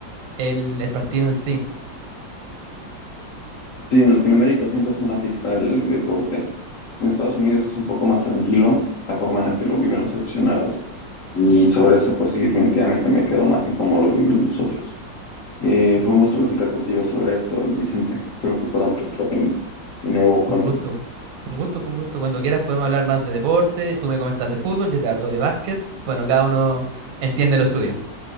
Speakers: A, on the right; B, on the left.
A: el, el partido en sí.
B: Sí, en Latinoamérica siempre es una fiesta el deporte. En Estados Unidos es un poco más tranquilo la forma en la que lo viven los aficionados. Y sobre eso, pues sí, definitivamente me quedo más en cómo lo vivimos nosotros. Eh,
A: Com-
B: fue un gusto platicar contigo sobre esto, Vicente. Espero que podamos platicar de de nuevo pronto.
A: Fue un gusto, fue un gusto, fue un gusto. Cuando quieras podemos hablar más de deporte, tú me comentas de fútbol, yo te hablo de básquet. Bueno, cada uno entiende lo suyo.